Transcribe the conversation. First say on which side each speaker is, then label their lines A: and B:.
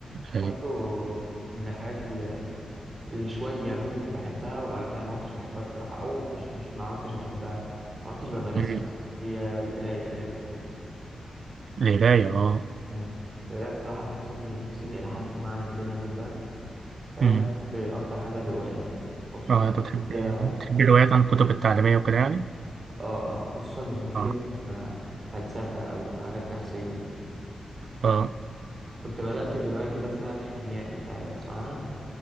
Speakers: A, on the right; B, on the right.
A: آه،
B: برضو من الحاجات اللي, اللي شوية كنت بحبها وبعد كده ما كنتش بحبها الصراحة أو مش مش ما كنتش بحبها ما كنتش بمارسها
A: مم.
B: أوي، هي القراية قراية الكتب
A: القراية اه
B: مم. القراية بصراحة بتفصلني بتفصلني إلى حد ما عن الدنيا كلها فاهم
A: مم.
B: بحب أكتر حاجة الروايات خصوصا
A: اه انت بتحب
B: فيها
A: بتحب الروايات عن الكتب التعليمية وكده يعني؟
B: اه اه خصوصا اللي فيها
A: اه
B: آه، فلسفة أو حاجات نفسية
A: اه
B: كنت بدأت برواية كده اسمها الخيميائي تع- تسمع عنها